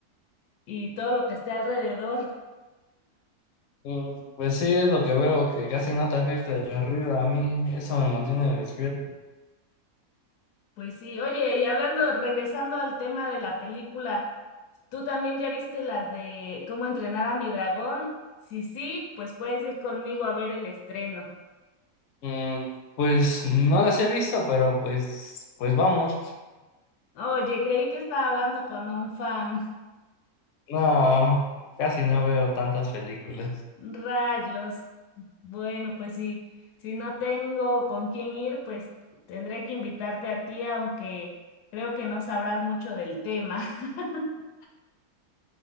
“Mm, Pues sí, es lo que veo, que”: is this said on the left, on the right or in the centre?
Left